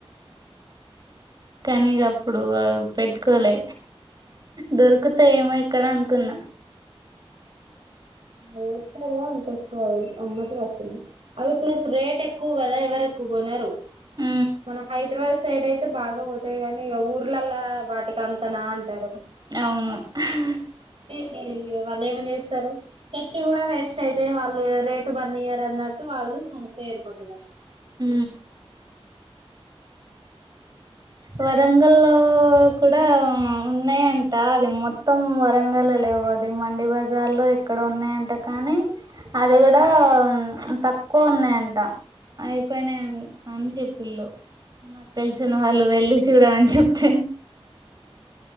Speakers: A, on the right; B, on the right.
A: తను ఇగ అప్పుడు పెట్టుకోలే దొరుకుతా ఏమో ఇక్కడ అను కున్న
B: ఇంగో ఎప్పుడే అంత ఎక్కువ అమ్మట్ల వస్తుంది అవి ప్లస్ రేట్ ఎక్కువ కదా ఎవరు ఎక్కువ కోనరు
A: ఉ
B: మనం హైదరాబాద్ సైడ్ అయితే బాగా పోతాయి గాని ఇగ ఊర్లలా వాటికి అంతనా అంటారు
A: అవును హా
B: ఈ ఇగ వాళ్ళు ఏం చేస్తరు తెచ్చి కూడా వేస్ట్ అయితే వాళ్ళు రేటు బన్ ఇయర్ అన్నట్టు వాళ్ళు తేరు కొంతమంది
A: ఊ వరంగల్లో కూడా ఉన్నాయంట అది మొత్తం వరంగల్ లె ఇ వోది మండి బజార్ లో ఇక్కడ ఉన్నాయంట కానీ అది కూడా ప్చ్ తక్ తక్కువ ఉన్నాయంట అయిపోయినయి అని చెప్పిళు నాకు తెలిసిన వాళ్ళు వెళ్ళి చూడమని చెప్తే